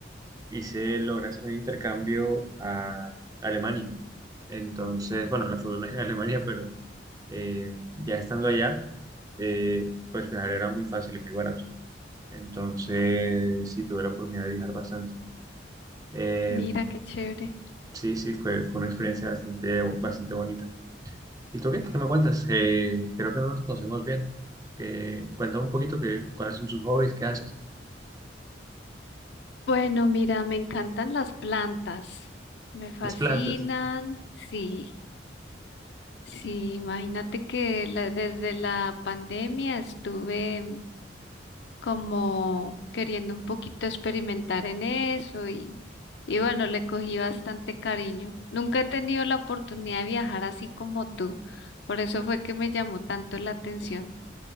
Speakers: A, on the right; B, on the left.
A: hice, logré hacer un intercambio a Alemania. Entonces, bueno, la fortuna es en Alemania, pero eh, ya estando allá, eh, pues viajar era muy fácil y muy barato. Entonces, sí tuve la oportunidad de viajar bastante. Em,
B: Mira qué chévere.
A: Sí, sí, fue, fue una experiencia bastante, bastante bonita. ¿Y tú qué? ¿Qué me cuentas? Eh, creo que no nos conocemos bien. Que, cuéntame un poquito que, cuáles son tus hobbies, qué haces.
B: Bueno, mira, me encantan las plantas. Me fascinan.
A: Las plantas.
B: Sí, sí, imagínate que la- desde la pandemia estuve como queriendo un poquito experimentar en eso y, y bueno, le cogí bastante cariño. Nunca he tenido la oportunidad de viajar así como tú, por eso fue que me llamó tanto la atención